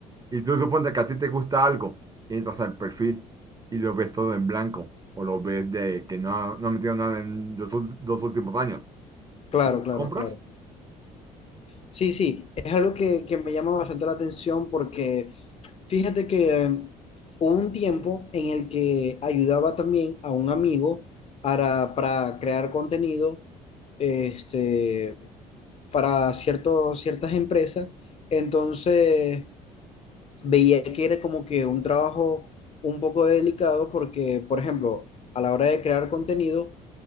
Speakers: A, on the right; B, on the left.
A: Y tú suponte que a ti te gusta algo, entras al perfil y lo ves todo en blanco, o lo ves de que no, ha- no ha metido nada en los ul- dos últimos años.
B: Claro, claro,
A: ¿Compras?
B: claro. Sí, sí, es algo que, que me llama bastante la atención porque fíjate que eh, hubo un tiempo en el que ayudaba también a un amigo para, para crear contenido este, para ciertos, ciertas empresas. Entonces, veía que era como que un trabajo un poco delicado porque, por ejemplo, a la hora de crear contenido,